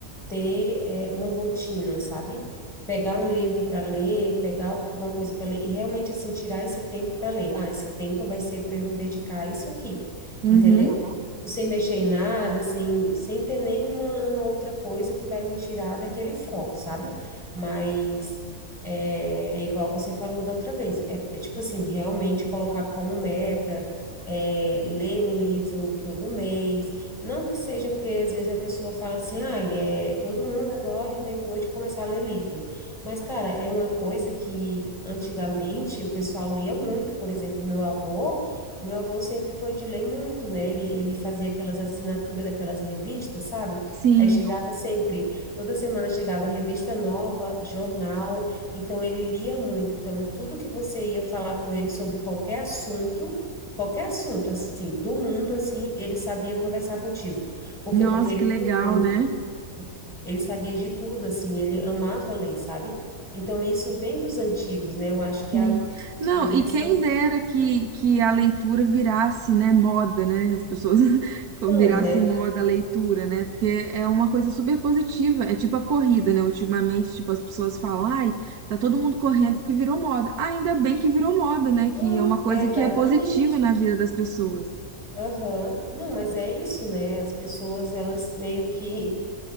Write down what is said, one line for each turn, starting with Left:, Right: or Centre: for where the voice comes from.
Centre: ter, é, uma rotina, sabe? Pegar um livro para ler, pegar alguma coisa para ler e realmente assim tirar esse tempo para ler. Ah, esse tempo vai ser para eu me dedicar a isso aqui,
Right: Uhum.
Centre: entendeu? Sem mexer em nada, sem, sem ter nenhuma outra coisa que vai me tirar daquele foco, sabe? Mas é, é igual você falou da outra vez. É, é tipo assim, realmente colocar como meta, é, ler um livro todo mês. Não que seja porque às vezes a pessoa fala assim, ah, é, todo mundo agora inventou de começar a ler livro. Mas, cara, é uma coisa que antigamente o pessoal lia muito. Por exemplo, meu avô, meu avô sempre foi de ler muito, né? Ele, ele fazia aquelas assinaturas daquelas revistas, sabe?
Right: Sim,
Centre: Aí chegava sempre, toda semana chegava revista nova, jornal. Então ele lia muito. Então tudo que você ia falar com ele sobre qualquer assunto, qualquer assunto assim, do mundo assim, ele sabia conversar contigo. Por
Right: nossa,
Centre: quê? Porque ele
Right: que legal,
Centre: lia muito.
Right: né?
Centre: né? Ele sabia de tudo assim, ele amava ler, sabe? Então isso vem dos antigos, né? Eu acho que
Right: Sim.
Centre: a,
Right: Não,
Centre: e nessa
Right: e quem dera que, que a leitura virasse, né, moda, né? As pessoas <laughs>
Centre: não,
Right: virasse
Centre: né?
Right: moda a leitura, né? Porque é uma coisa super positiva. É tipo a corrida, né? Ultimamente, tipo, as pessoas falam, ai, tá todo mundo correndo porque virou moda. Ah, Ainda bem que virou moda, né?
Centre: E bom,
Right: Que é uma coisa
Centre: é exatamente.
Right: que é positiva na vida das pessoas.
Centre: Aham. Não, mas é isso, né? As pessoas, elas meio que